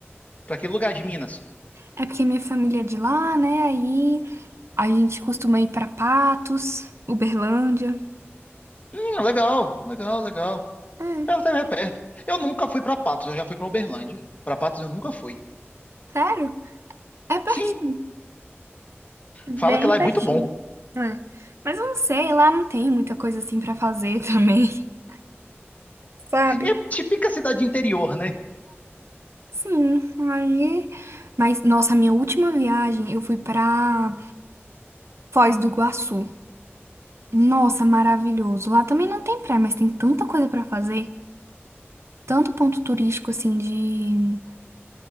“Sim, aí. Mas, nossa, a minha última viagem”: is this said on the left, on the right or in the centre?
Right